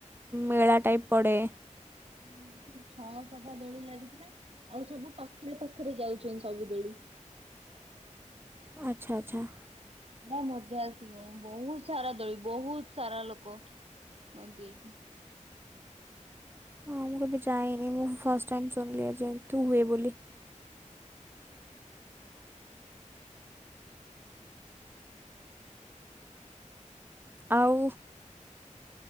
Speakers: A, on the right (about 15°); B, on the right (about 50°).
A: ମେଳା ଟାଇପ୍ ପଡେ
B: ନା ନା ସେ ଛଅଶଟା ଦୋଳି ଲାଗିଥିଲା। ଆଉ ସବୁ ପାଖେରେ ପାଖେରେ ଯାଉଚନ୍ତି ସବୁ ଦୋଳି।
A: ଆଚ୍ଛା ଆଚ୍ଛା।
B: ବଢିଆ ମଜା ଆସିବ ବହୁତ୍ ସାରା ଦୋଳି ବହୁତ୍ ସାରା ଲୋକ ହୁଅନ୍ତି।
A: ହଁ ମୁଁ କେବେ ଯାଇନି ମୁଁ ଫାଷ୍ଟ୍ ଟାଇମ୍ ଶୁଣିଲି ଆଜି ଏମତି ହୁଏ ବୋଲି। ଆଉ